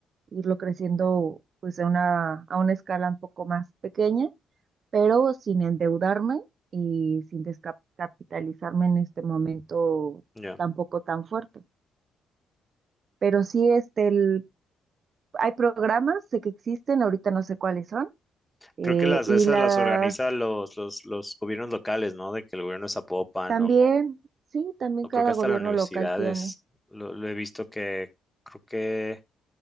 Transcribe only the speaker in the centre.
ya.
Creo que las
esas
las organizan los, los, los gobiernos locales, ¿no? De que el gobierno de Zapopan
o,
o
creo que hasta
las universidades.
Lo, lo he visto que creo que